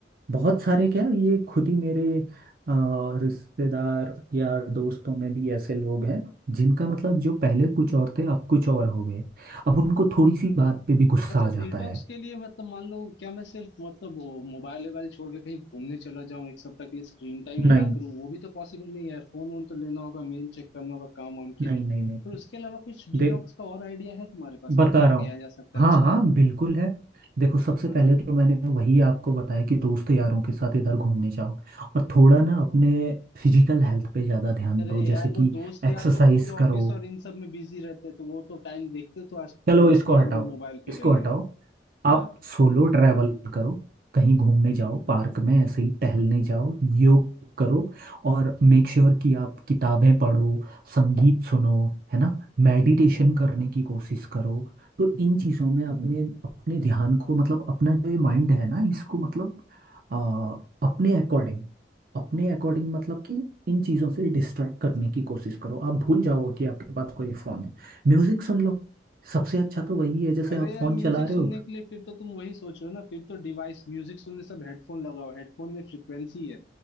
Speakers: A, on the right; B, on the left.
A: बहुत सारे क्या ये खुद ही मेरे अ, रिश्तेदार या दोस्तों में भी ऐसे लोग हैं जिनका मतलब जो पहले कुछ और थे अब कुछ और हो गए अब उनको थोड़ी सी बात पे भी गुस्सा
B: अच्छा
A: आ जाता
B: डिटॉक्स
A: है
B: के लिए मतलब मान लो क्या मैं सिर्फ मतलब वो मोबाइल वोबाइल छोड़ के कहीं घूमने चला जाऊं एक सप्ताह के लिए स्क्रीन टाइम ही
A: नहीं
B: ना करूं वो भी तो पॉसिबल नहीं है यार फोन वोन तो लेना होगा मेल चेक करना होगा काम वाम के
A: नहीं
B: लिए
A: नहीं नहीं
B: पर उसके अलावा कुछ डिटॉक्स
A: दे
B: का और आइडिया है तुम्हारे पास
A: बता
B: कि क्या
A: रहा
B: किया
A: हूँ
B: जा सकता
A: हाँ
B: है अच्छा
A: हाँ
B: है
A: बिल्कुल है देखो सबसे
B: बताओ
A: पहले तो मैंने वही आपको बताया कि दोस्त यारों के साथ इधर घूमने जाओ और थोड़ा ना अपने फिजिकल हेल्थ पे ज़्यादा ध्यान
B: अरे
A: दो जैसे
B: यार
A: कि
B: वो दोस्त यार
A: एक्सरसाइज
B: तो खुद ऑफिस
A: करो
B: और इन सब में बिजी रहते हैं तो वो तो टाइम देखते हैं, तो आजकल
A: चलो
B: दोस्त
A: इसको
B: यारी
A: हटाओ
B: भी मोबाइल पे
A: इसको
B: रह
A: हटाओ
B: गए
A: आप
B: हाँ
A: सोलो ट्रैवल करो कहीं घूमने जाओ पार्क में ऐसे ही टहलने जाओ योग करो और मेक श्योर कि आप किताबें पढ़ो संगीत सुनो है ना मेडिटेशन करने की कोशिश करो तो इन चीज़ों में अपने अपने ध्यान को मतलब अपना जो ये माइंड है ना इसको मतलब आ, अपने अकॉर्डिंग अपने अकॉर्डिंग मतलब कि इन चीज़ों से डिस्ट्रैक्ट करने की कोशिश करो आप भूल जाओ कि आपके पास कोई फ़ोन है म्यूज़िक सुन लो सबसे अच्छा तो वही
B: अ-
A: है जैसे
B: अरे
A: आप
B: यार
A: फोन
B: म्यूजिक
A: चला रहे
B: सुनने
A: हो
B: के लिए फिर तो तुम वही सोच रहे हो ना फिर तो डिवाइस म्यूजिक सुनने सब हेडफोन लगाओ हेडफोन में फ्रिक्वेंसी है